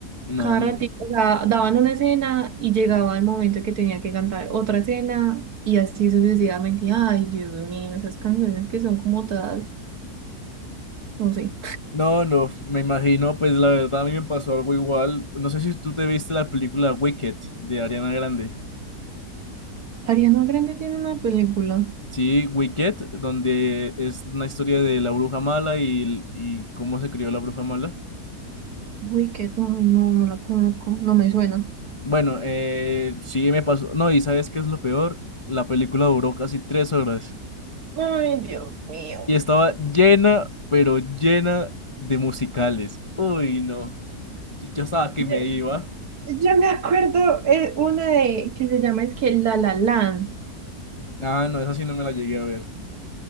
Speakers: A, on the left (about 35°); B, on the right (about 70°).
A: no.
B: Cada ratito, o sea, daban una escena y llegaba el momento que tenía que cantar otra escena y así sucesivamente. Ay, Dios mío, esas canciones que son como todas, no sé.
A: No, no, me imagino, pues la verdad a mí me pasó algo igual. No sé si tú te viste la película Wicked de Ariana Grande.
B: Ariana Grande tiene una película.
A: Sí, Wicked, donde es una historia de la bruja mala y, y cómo se crió la bruja mala.
B: Uy, qué ay, no, no la conozco, no me suena.
A: Bueno, eh, sí me pasó. No, y ¿sabes qué es lo peor? La película duró casi tres horas
B: Ay, Dios mío.
A: y estaba llena, pero llena de musicales. Uy, no, yo yo estaba que
B: Yo,
A: me iba.
B: yo me acuerdo eh, una de que se llama es que La La Land.
A: Ah, no, esa sí no me la llegué a ver.